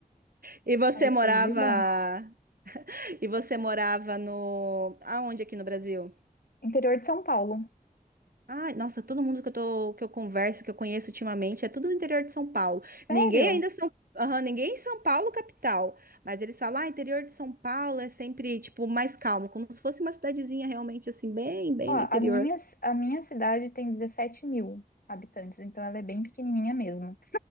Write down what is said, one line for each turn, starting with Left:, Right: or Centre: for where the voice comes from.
Right: E você
Left: Aí
Right: morava.
Left: tudo de bom.
Right: E você morava no. Aonde aqui no Brasil?
Left: Interior de São Paulo.
Right: Ai, nossa, todo mundo que eu tô, que eu converso, que eu conheço ultimamente, é tudo do interior de São Paulo. Ninguém
Left: Sério?
Right: ainda São, Aham, ninguém em São Paulo capital, mas eles falam, ah, interior de São Paulo é sempre tipo mais calmo, como se fosse uma cidadezinha realmente assim, bem, bem
Left: Ó,
Right: no interior.
Left: a minha, a minha cidade tem 17 mil habitantes, então ela é bem pequenininha mesmo.